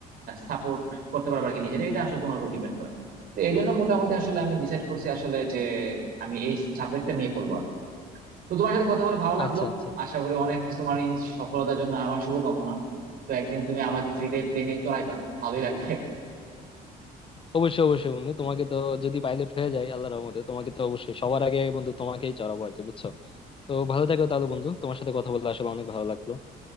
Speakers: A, on the right; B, on the left.
A: সাপোর্ট করতে পারবে আর কি নিজের এটা আসলে তোমার উপর ডিপেন্ড করে তো এই জন্য মোটামুটি আসলে আমি ডিসাইড করছি আসলে যে আমি এই সাবজেক্টটা নিয়ে পড়বো আর কি তো তোমার সাথে কথা বলে ভালো লাগলো
B: আচ্ছা আচ্ছা
A: আশা করি অনেক কিছু তোমার এই সফলতার জন্য আমার শুভকামনা তো একদিন তুমি আমাকে ফ্রিতে প্লেনে চড়াইবা ভালোই লাগবে
B: অবশ্যই অবশ্যই বন্ধু তোমাকে তো যদি পাইলট হয়ে যায় আল্লাহ রহমতে তোমাকে তো অবশ্যই সবার আগে বন্ধু তোমাকেই চড়াবো আর কি বুঝছো তো ভালো থাকো তাহলে বন্ধু তোমার সাথে কথা বলতে আসলে অনেক ভালো লাগলো